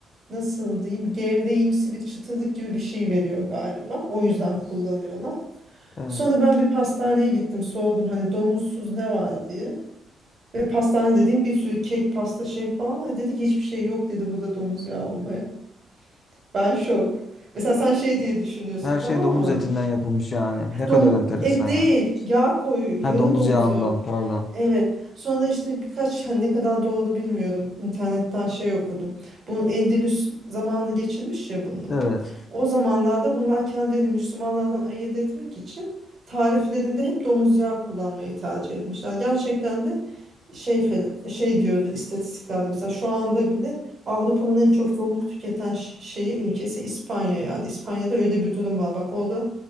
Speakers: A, on the right (about 45°); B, on the left (about 45°).
A: nasıl diyeyim gevreğimsi bir çıtırlık gibi bir şey veriyor galiba. O yüzden kullanıyorlar.
B: evet.
A: Sonra ben bir pastaneye gittim sordum hani domuzsuz ne var diye. Ve pastane dediğim bir sürü kek, pasta şey falan var. Dedi ki hiçbir şey yok dedi burada domuz yağı olmaya. Ben şok. Mesela sen şey diye düşünüyorsun
B: Her
A: tamam
B: şey domuz
A: mı?
B: etinden yapılmış yani. Ne
A: Domu-
B: kadar enteresan
A: et değil,
B: yani.
A: yağ koyu,
B: Ha
A: yağı
B: domuz
A: domuz
B: yağından
A: yağı. ko-
B: pardon.
A: Evet. Sonra işte birkaç hani ne kadar doğru bilmiyorum. İnternetten şey okudum. Bu Endülüs zamanı geçirmiş ya bunlar.
B: Evet.
A: O zamanlarda bunlar kendini Müslümanlardan ayırt etmek için tariflerinde hep domuz yağı kullanmayı tercih etmişler. Gerçekten de şey fel- şey diyordu istatistiklerde mesela şu anda bile Avrupa'nın en çok domuz tüketen ş- şeyi ülkesi İspanya yani İspanya'da öyle bir durum var. Bak orada